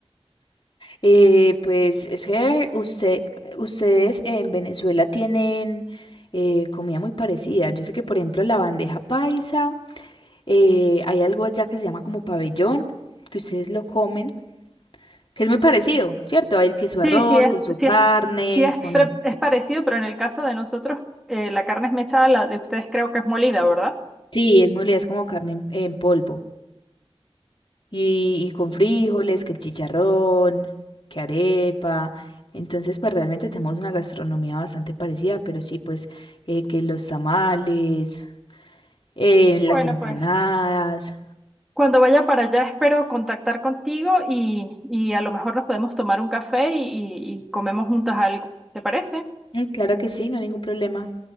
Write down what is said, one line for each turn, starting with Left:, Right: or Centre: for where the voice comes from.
Left: Eh, pues es que usted, ustedes en Venezuela tienen eh, comida muy parecida. Yo sé que, por ejemplo, la bandeja paisa. Eh, hay algo allá que se llama como pabellón, que ustedes lo comen, que es muy parecido, ¿cierto? Hay que su arroz,
Centre: Sí, sí, es,
Left: con su carne,
Centre: sí es, sí es,
Left: con...
Centre: pre- es parecido, pero en el caso de nosotros, eh, la carne es mechada, la de ustedes creo que es molida, ¿verdad?
Left: Sí, es muy li- es como carne en, en polvo. Y, y con frijoles, que el chicharrón, que arepa. Entonces, pues realmente tenemos una gastronomía bastante parecida, pero sí, pues eh, que los tamales, eh, las
Centre: Bueno,
Left: empanadas.
Centre: pues cuando vaya para allá espero contactar contigo y, y a lo mejor nos podemos tomar un café y, y y comemos juntas algo. ¿Te parece?
Left: Mm, Claro que sí, no hay ningún problema.